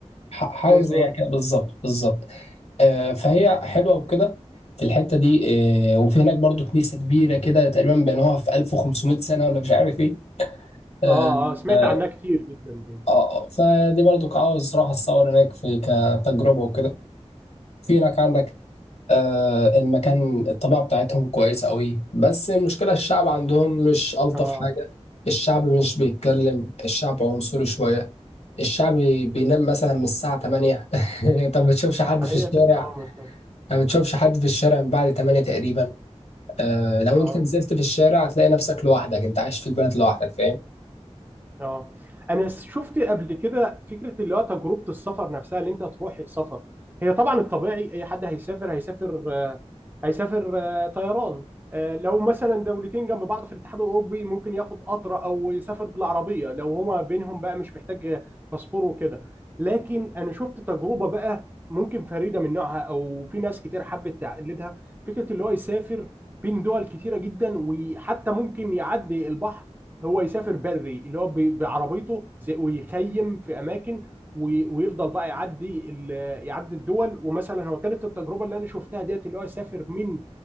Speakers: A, on the left; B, on the right.
A: ح- حاجة
B: مظبوط
A: زيها كده بالظبط بالظبط آه، فهي حلوة وكده في الحتة دي آه، وفي هناك برضو كنيسة كبيرة كده تقريبا بنوها في 1500 سنة ولا مش عارف ايه اه
B: اه اه سمعت
A: آه،
B: عنها كتير جدا دي
A: آه، فدي برضو عاوز راح اتصور هناك في كتجربة وكده في هناك عندك آه، المكان الطبيعة بتاعتهم كويسة قوي بس المشكلة الشعب عندهم مش ألطف
B: اه
A: حاجة الشعب مش بيتكلم الشعب عنصري شوية الشعب بي- بينام مثلا من الساعة 8 <laughs> انت ما بتشوفش حد
B: فهي
A: في الشارع
B: هناك اه ممكن.
A: ما بتشوفش حد في الشارع من بعد 8 تقريبا آه لو
B: اه
A: انت نزلت في الشارع هتلاقي نفسك لوحدك انت عايش في البلد لوحدك فاهم
B: اه انا شفت قبل كده فكره اللي هو تجربه السفر نفسها اللي انت تروح سفر هي طبعا الطبيعي اي حد هيسافر هيسافر آه، هيسافر آه، طيران آه، لو مثلا دولتين جنب بعض في الاتحاد الاوروبي ممكن ياخد قطر او يسافر بالعربيه لو هما بينهم بقى مش محتاج باسبور وكده لكن انا شفت تجربه بقى ممكن فريده من نوعها او في ناس كتير حبت تقلدها فكره اللي هو يسافر بين دول كتيره جدا وحتى ممكن يعدي البحر هو يسافر بري اللي هو ب- بعربيته زي ويخيم في اماكن وي- ويفضل بقى يعدي ال- يعدي الدول ومثلا هو كانت التجربه اللي انا شفتها ديت اللي هو يسافر من